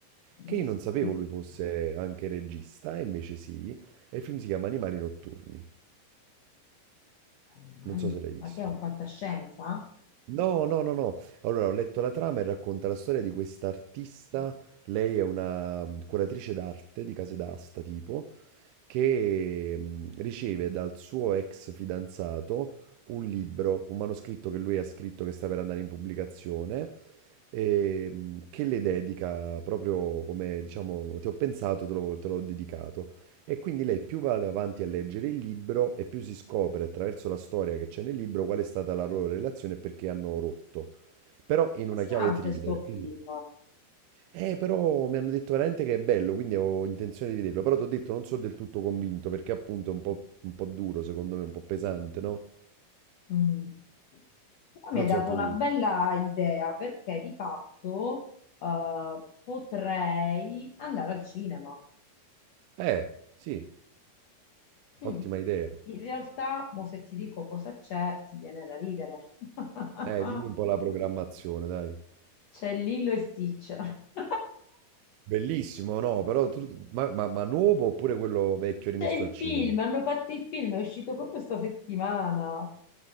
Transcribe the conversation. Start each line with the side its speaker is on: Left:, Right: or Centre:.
Left: Non
Right: che io
Left: si
Right: non sapevo
Left: vista.
Right: lui fosse anche regista, e invece sì, e il film si chiama Animali notturni,
Left: Animali,
Right: non so
Left: non-
Right: se l'hai visto.
Left: ma che è un fantascienza?
Right: No, no, no, no. Allora, ho letto la trama e racconta la storia di questa artista. Lei è una mm, curatrice d'arte di case d'asta, tipo, che mh, riceve dal suo ex fidanzato un libro, un manoscritto che lui ha scritto che sta per andare in pubblicazione, e, mh, che le dedica proprio come, diciamo, ti ho pensato, te l'ho te l'ho dedicato. E quindi lei più va avanti a leggere il libro e più si scopre attraverso la storia che c'è nel libro qual è stata la loro relazione e perché hanno rotto. Però in
Left: Interessante
Right: una chiave thriller,
Left: sto film.
Right: quindi... Eh, però mi hanno detto veramente che è bello, quindi ho intenzione di vederlo. Però ti ho detto, non sono del tutto convinto, perché appunto è un po', un po' duro, secondo me, un po' pesante, no?
Left: Mm. Però mi
Right: Non
Left: hai dato
Right: so, tu...
Left: una bella idea perché di fatto eh, potrei andare al cinema.
Right: Eh, sì, ottima
Left: Mm.
Right: idea.
Left: In realtà, mo se ti dico cosa c'è, ti viene da ridere. <laughs>
Right: Eh, dimmi un po' la programmazione, dai.
Left: C'è Lillo e Stitch. <laughs>
Right: Bellissimo, no, però... tu- Ma, ma- ma nuovo oppure quello vecchio rimesso
Left: C'è il
Right: al cinema?
Left: film, hanno fatto il film, è uscito proprio sta settimana.